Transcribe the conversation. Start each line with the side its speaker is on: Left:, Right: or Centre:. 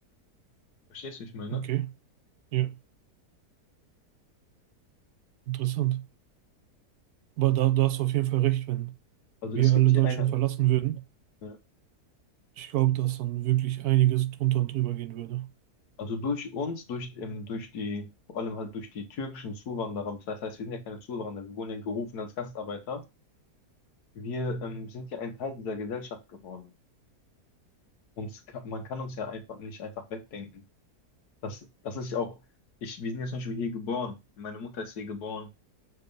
Left: Verstehst du, wie ich meine?
Right: Okay, ja, interessant. Aber da, da hast du auf jeden Fall recht, wenn
Left: Also
Right: wir
Left: es gibt
Right: alle
Left: hier
Right: Deutschland
Left: eine,
Right: verlassen würden,
Left: äh,
Right: ich glaube, dass dann wirklich einiges drunter und drüber gehen würde.
Left: also durch uns, durch, ähm, durch die, vor allem halt durch die türkischen Zuwanderer, das heißt, wir sind ja keine Zuwanderer, wir wurden ja gerufen als Gastarbeiter. Wir ähm, sind ja ein Teil dieser Gesellschaft geworden. Uns, ka- man kann uns ja einfach nicht einfach wegdenken. Das, das ist ja auch, ich, wir sind jetzt zum Beispiel hier geboren. Meine Mutter ist hier geboren.